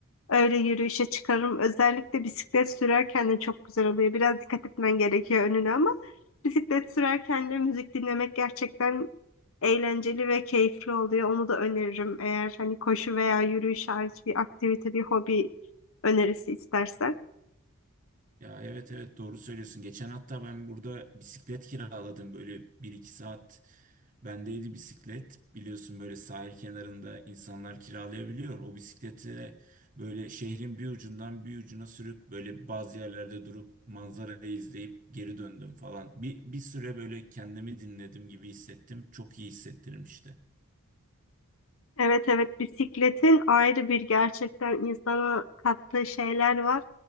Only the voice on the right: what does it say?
Ya evet evet doğru söylüyorsun. Geçen hatta ben burada bisiklet kiraladım. Böyle bir iki saat bendeydi bisiklet. Biliyorsun böyle sahil kenarında insanlar kiralayabiliyor. O bisikleti Böyle şehrin bir ucundan bir ucuna sürüp böyle bazı yerlerde durup manzarayı izleyip geri döndüm falan. Bir, bir süre böyle kendimi dinledim gibi hissettim. Çok iyi hissettirmişti.